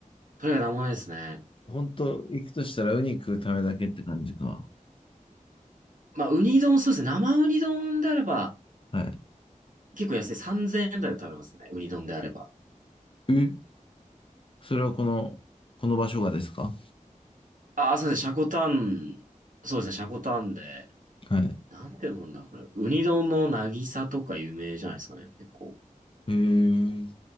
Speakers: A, on the right; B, on the left.
A: それが生前ですね。
B: <laughs> 本当行くとしたらウニ食うためだけって感じか。
A: まあ、ウニ丼、そうですね。生ウニ丼であれば、
B: は
A: 結構安い。3000円台で食べれますね。ウニ丼であれば。
B: い。え、それはこの、この場所がですか
A: ああ、そうですね。シャコタン、そうですね。シャコタンで、
B: はい。
A: なんて読むんだ、これ。ウニ丼の渚とか有名じゃないですかね。結構。
B: えー、